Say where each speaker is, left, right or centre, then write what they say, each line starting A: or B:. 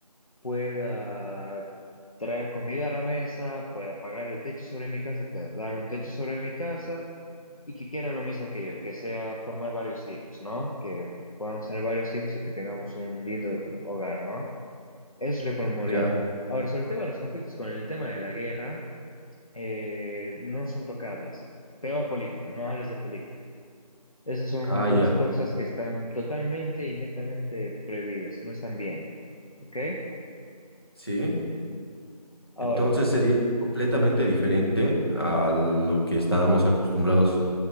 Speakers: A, on the left; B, on the left.
A: pueda traer comida a la mesa, pueda pagar el techo sobre mi casa, da- darme un techo sobre mi casa, y que quiera lo mismo que yo, que sea formar varios hijos, ¿no? Que podamos tener varios hijos o que tengamos un lindo hogar, ¿no? Es re
B: Ya.
A: Ahora, sobre el tema de los conflictos con el tema de la guerra, eh, no son tocables. Peor política, no hables de política. Esas son
B: Ah, ya.
A: dos cosas que están totalmente y netamente prohibidas, no están bien, ¿ok?
B: Sí.
A: Ahora,
B: Entonces sería completamente diferente a lo que estábamos acostumbrados